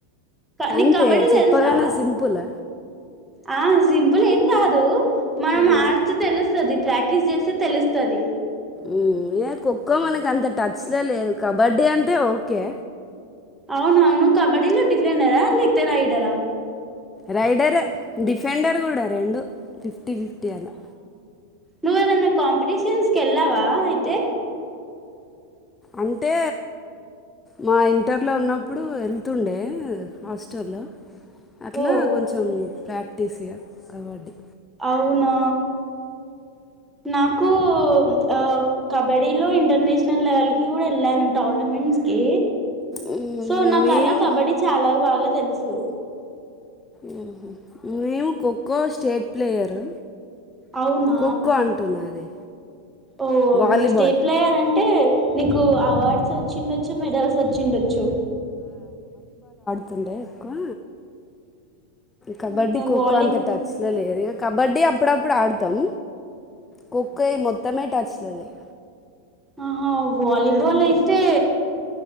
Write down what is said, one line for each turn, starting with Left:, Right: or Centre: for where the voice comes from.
Centre: నీకు
Left: అంతే
Centre: కబడ్డీ
Left: చెప్పగానే
Centre: తెలుసా
Left: సింపుల్
Centre: ఆ సింపుల్ ఏం కాదు మనం
Left: ఉమ్
Centre: ఆడుతే తెలుస్తది ప్రాక్టీస్ చేస్తే తెలుస్తది
Left: ఉమ్ ఏ ఖోఖో మనకి అంత టచ్ లో లేదు కబడ్డీ అంటే ఓకే
Centre: అవునవును కబడ్డీలో డిఫెండరా లేకతే రైడరా
Left: రైడరే డిఫెండర్ కూడా రెండు ఫిఫ్టీ ఫిఫ్టీ అలా
Centre: నువ్ ఎదన్న కాంపిటీషన్స్ కెల్లావా అయితే
Left: అంటే మా ఇంటర్లో ఉన్నప్పుడు ఎళ్తుండే హాస్టల్ అట్లా
Centre: ఓ
Left: కొంచెం ప్రాక్టీస్ ఇగ కబడ్డీ
Centre: అవునా నాకూ ఆ కబడ్డీలో ఇ ఇంటర్నేషనల్ లెవెల్ కి కూడా వెళ్ళాను టోర్నమెంట్స్ కి
Left: ఉమ్,
Centre: సో నాకల
Left: మేము
Centre: కబడ్డి చాలా బాగ తెలుసు
Left: ఊహు మేము ఖోఖో స్టేట్ ప్లేయరు
Centre: అవునా
Left: ఖోఖో అంటున్నా అది
Centre: ఓ
Left: వాలీబాల్
Centre: స్టేట్ ప్లేయర్ అంటే నీకు అవార్ ర్డ్స్ వోచ్చిండచ్చు మెడల్స్ వచ్చిండొచ్చు
Left: తుండే ఎక్కువ కబడ్డీ
Centre: ఆహా
Left: ఖోఖో
Centre: వాలీ
Left: అంత టచ్ లో లేదు కబడ్డీ అప్పుడప్పుడు ఆడతాం ఖో ఖో మొత్తమే టచ్లలేదు
Centre: ఆహ వాలీబాల్ అయితే